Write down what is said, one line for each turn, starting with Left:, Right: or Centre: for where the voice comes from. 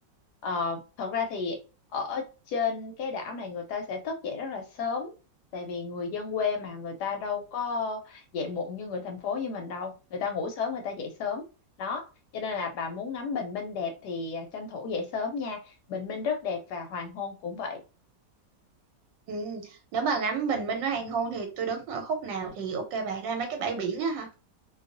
Left: Ờ, thật ra thì ở trên cái đảo này người ta sẽ thức dậy rất là sớm tại vì người dân quê mà người ta đâu có dậy muộn như người thành phố như mình đâu người ta ngủ sớm người ta dậy sớm đó cho nên là bà muốn ngắm bình minh đẹp thì à, tranh thủ dậy sớm nha bình minh rất đẹp và hoàng hôn cũng vậy
Right: ừm. Nếu mà ngắm bình minh nó hoàng hôn thì tôi đứng ở khúc nào thì ok bà ra mấy cái bãi biển á hả?